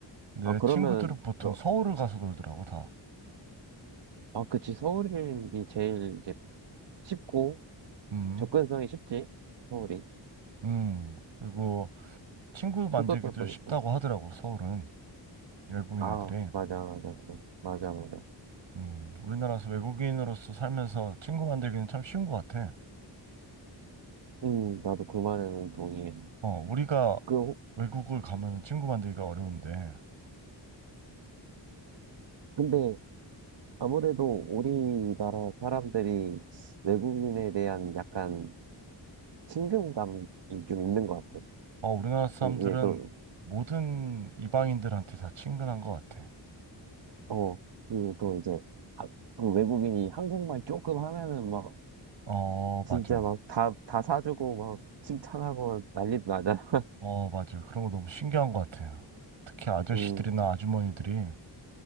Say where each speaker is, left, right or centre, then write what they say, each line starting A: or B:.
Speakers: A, on the right (about 85°); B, on the right (about 65°).
A: 내
B: 아, 그러면,
A: 친구들은 보통
B: 너,
A: 서울을 가서 놀더라고 다.
B: 아, 그치. 서울이 제일 이제 쉽고,
A: 음.
B: 접근성이 쉽지. 서울이.
A: 음. 그리고 친구 만들기도
B: 수도다 보니까.
A: 쉽다고 하더라고 서울은 외국인
B: 아,
A: 애들이.
B: 맞아, 맞아, 맞아, 맞아. 맞아.
A: 음. 우리나라에서 외국인으로서 살면서 친구 만들기는 참 쉬운 것 같아.
B: 음, 나도 그 말에는 동의해.
A: 어 우리가
B: 그, 호-
A: 외국을 가면 친구 만들기가 어려운데
B: 근데 아무래도 우리나라 사람들이 외국인에 대한 약간 친근감이 좀 있는 것 같아.
A: 어 우리나라 사람들은
B: 이게 또,
A: 모든 이방인들한테 다 친근한 것 같아.
B: 어, 그리고 또 이제, 아, 그 외국인이 한국말 조금 하면은 막,
A: 어
B: 진짜
A: 맞아.
B: 막 다, 다 사주고 막 칭찬하고 난리도 나잖아. <laughs>
A: 어, 맞아요. 그런 거 너무 신기한 것 같아요. 특히 아저씨들이나
B: 음,
A: 아주머니들이